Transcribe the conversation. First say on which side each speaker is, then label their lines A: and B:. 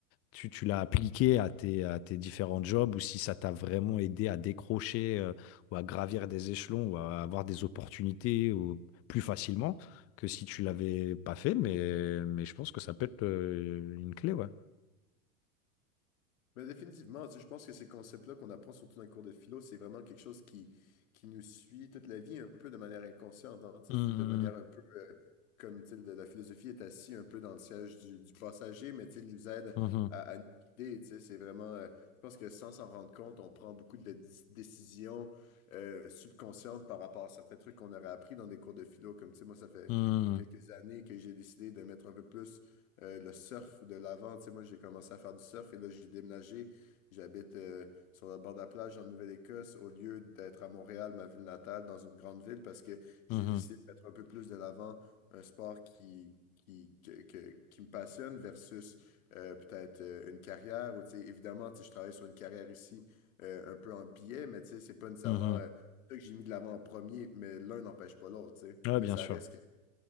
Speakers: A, on the left (about 35°); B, on the left (about 70°).
A: tu, tu l'as appliqué à tes, à tes différents jobs ou si ça t'a vraiment aidé à décrocher. euh, ou à gravir des échelons ou à avoir des opportunités ou plus facilement que si tu l'avais pas fait. Mais, mais je pense que ça peut être euh, une clé, ouais.
B: Mais définitivement, tu sais, je pense que ces concepts-là qu'on apprend surtout dans les cours de philo, c'est vraiment quelque chose qui, qui nous suit toute la vie un peu de manière inconsciente, hein, tu
A: Mhm,
B: sais, c'est de manière un peu comme tu sais, la la philosophie est assise un peu dans le siège du, du passager, mais tu sais, il nous aide
A: mhm,
B: à, à nous guider. tu sais, C'est vraiment, euh, je pense que sans s'en rendre compte, on prend beaucoup de dé- décisions euh, subconscientes par rapport à certains trucs qu'on aurait appris dans des cours de philo. Comme tu sais, moi, ça fait
A: mhm,
B: quelques années que j'ai décidé de mettre un peu plus euh, le surf de l'avant. Tu sais, moi, j'ai commencé à faire du surf et là, j'ai déménagé. J'habite euh, sur le bord de la plage en Nouvelle-Écosse au lieu d'être à Montréal, ma ville natale, dans une grande ville, parce que j'ai
A: mhm,
B: décidé de mettre un peu plus de l'avant un sport qui, qui, que- que- qui me passionne versus euh, peut-être euh, une carrière où, tu sais, évidemment, tu sais, je travaille sur une carrière ici euh, un peu en billet, mais tu sais, c'est pas nécessairement
A: mhm.
B: euh, ça que j'ai mis de l'avant en premier, mais l'un n'empêche pas l'autre, tu sais.
A: Ouais,
B: Mais
A: bien
B: ça
A: sûr.
B: reste qu'il